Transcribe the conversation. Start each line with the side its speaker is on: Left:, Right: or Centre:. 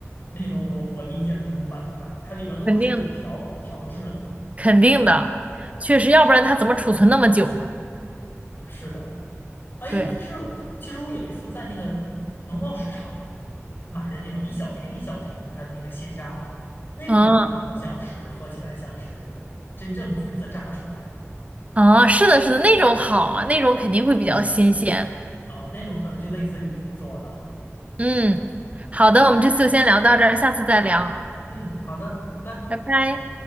Left: 那种我我理解的那种百分百，它里边都是调调制的。
Right: 肯定肯定的，确实，要不然它怎么储存那么久呢？
Left: 啊是的，哎，
Right: 对，
Left: 但是其实我有一次在那个农贸市场买的那种一小瓶一小瓶的，它那个现榨的，那个我觉得好像是喝起来像是真正橘子榨出来的
Right: 嗯啊，是的，是的，那种好啊，那种肯定会比较新鲜。
Left: 啊，那种可能就类似于你做的哈。
Right: 嗯，好的，我们这次就先聊到这儿，下次再聊。
Left: 嗯，好的，拜拜。
Right: 拜拜。